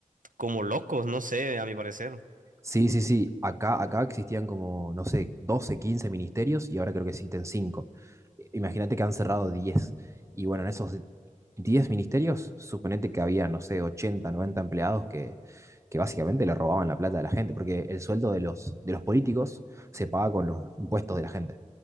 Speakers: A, on the right; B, on the right.
A: como locos, no sé, a mi parecer.
B: Sí, sí, sí. Acá, acá existían como, no sé, 12 15 ministerios y ahora creo que existen 5. Imagínate que han cerrado diez Y bueno, en esos 10 ministerios, suponete que había, no sé, 80 90 empleados que, que básicamente le robaban la plata a la gente, porque el sueldo de los, de los políticos se paga con los impuestos de la gente,